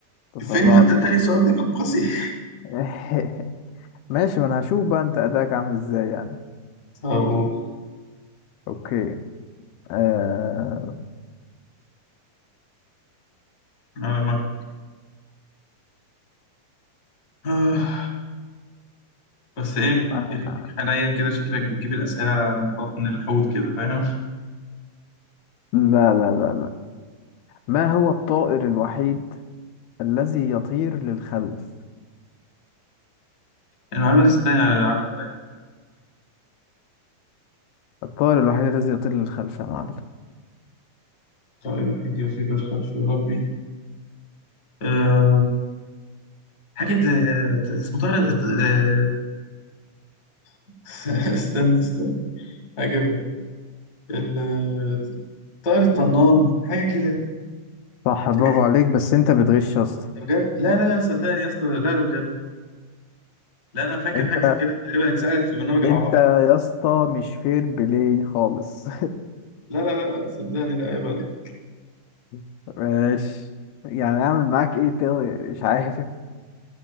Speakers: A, on the left; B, on the left.
A: تسرعت
B: فين ما انت تاني سؤال ده كان قصير
A: <laughs> ماشي ما انا هشوف بقى انت اداك عامل ازاي يعني
B: طب قول.
A: اوكي آه...
B: على ما آه. بس إيه
A: آه...
B: إيه خليك حنين كده شكلك بتجيب الأسئلة من بطن الحوت كده فاهم
A: لا لا لا لا ما هو الطائر الوحيد الذي يطير للخلف
B: المعلومة دي صدقني عدت عليا
A: الطائر الوحيد الذي يطير للخلف يا معلم
B: طائر الوحيد يطير الخلف يا ربي أه حاجة آه، اسمه طارق أه <laughs> استنى استنى هجيبها ال طائر الطنان حاجه كده
A: صح برافو
B: ده
A: عليك بس انت بتغش يا اسطى
B: بجد لا لا لا صدقني يا اسطى لا ده بجد لا انا فاكر
A: انت
B: حاجه زي كده تقريبا اتسالت في برنامج العباقرة
A: انت يا اسطى مش فير بلاي خالص
B: لا لا لا لا صدقني لا عيب عليك
A: <laughs> ماشي يعني اعمل معاك ايه تاني؟ مش عارف